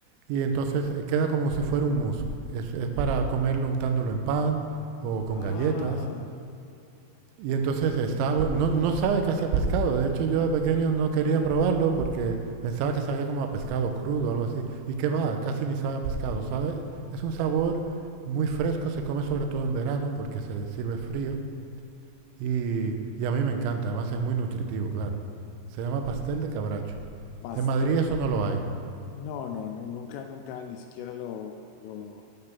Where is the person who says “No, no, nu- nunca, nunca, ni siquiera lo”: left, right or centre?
Left